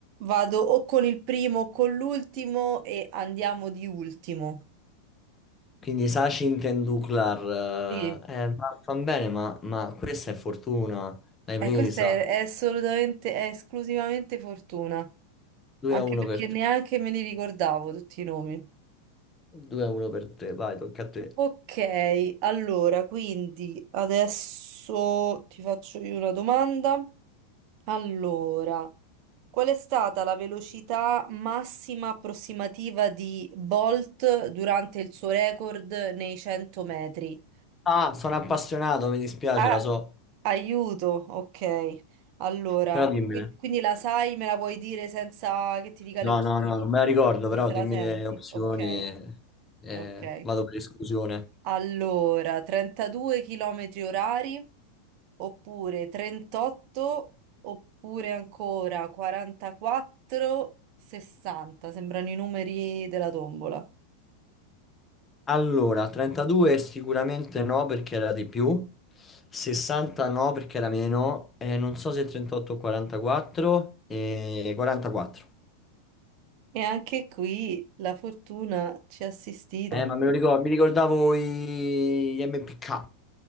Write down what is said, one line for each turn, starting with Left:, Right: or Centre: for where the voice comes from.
Right: Vado o con il primo o con l'ultimo e andiamo di ultimo.
Left: Quindi Sachin Tendulkar,
Right: Sì.
Left: eh, eh, ma fa bene, ma, ma questa è fortuna, l'hai presa.
Right: Eh, questa è, è assolutamente, è esclusivamente fortuna,
Left: 2
Right: anche
Left: a 1
Right: perché
Left: per te,
Right: neanche me li ricordavo tutti i nomi.
Left: 2 a 1 per te, vai, tocca a te.
Right: Ok, allora, quindi adesso ti faccio io una domanda. Allora, qual è stata la velocità massima approssimativa di Bolt durante il suo record nei 100 metri?
Left: Ah, sono appassionato, mi dispiace,
Right: Ah,
Left: la so,
Right: aiuto, ok. Allora,
Left: però dimmene.
Right: qui- quindi la sai, me la puoi dire senza che ti dica
Left: No,
Right: le opzioni?
Left: no, no, non me la ricordo,
Right: Non
Left: però
Right: te
Left: dimmi
Right: la senti?
Left: le opzioni
Right: Ok,
Left: e, e
Right: ok.
Left: vado per esclusione.
Right: Allora, 32 km orari, oppure 38, oppure ancora 44, 60. Sembrano i numeri della tombola.
Left: Allora, 32 sicuramente no perché era di più, 60 no perché era meno, eh, non so se 38 o 44, e 44.
Right: E anche qui la fortuna ci ha assistito.
Left: Eh, ma me lo ricordo, mi ricordavo i- gli MPK,